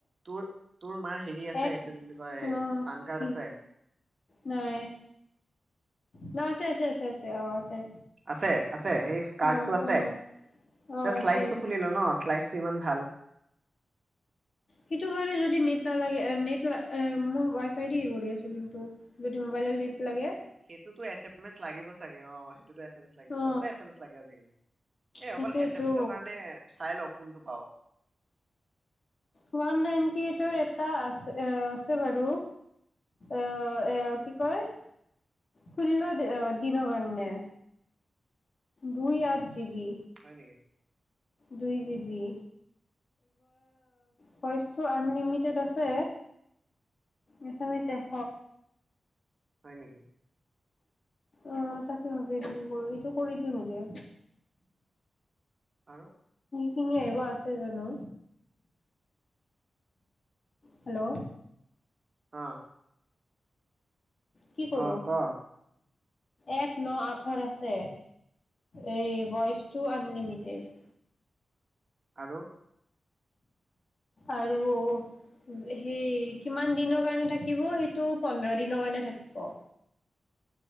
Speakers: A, on the right; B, on the left.
A: তো তোৰ মাৰ হেৰি আছে
B: এক
A: এইটো কি বুলি কয়
B: আঠ
A: পান কাৰ্ড
B: কি
A: আছে
B: নাই ন আছে আছে আছে আছে অ আছে
A: আছে আছে সেই কাৰ্ড
B: অ
A: টো আছে
B: অ অ আছে
A: শ্লাইজটো খুলি ল ন চালাইছটো ইমান ভাল
B: সেইটো কাৰণে যদি ন নালাগে নেট মই ৱাই ফাই দি কৰি আছো কিন্তু যদি মোবাইলৰ নেট লাগে
A: সেইটোতো এছ এম এছ লাগিব চাগে অ ল
B: অ
A: চবতে এচেমেচ এ লাগে আজালি এই
B: সেইটোয়েতো
A: অকল এছ মে এছৰ কাৰণে চাই লও হয়
B: ওৱান নাইনটি এইটৰ এটা আছে এ আছে বাৰু এ এ কি কয় ষোল্ল দিনৰ কাৰণণে দুই আঠ জিিবি
A: হয় নেকি
B: দুই জিবি ভইচটো আনলিমিটেড আছে এছ এম এছ এশ
A: হয় নেকি
B: আহ তাকে ভাবি আছো কি কৰো ইটো কৰি দিওঁ নেকি
A: আৰু
B: খিঙি <unintelligible> আহিব আছে জানো হেল্ল'
A: অ
B: কি কৰো
A: অ কোৱা
B: এক ন আঠৰ আছে এই ভইচটো আনলিমিটেড
A: আৰু
B: আৰু সেই কিমান দিনৰ কাৰণে থাকিব সেইটো পোন্ধৰ দিনৰ কাৰণে থাকিব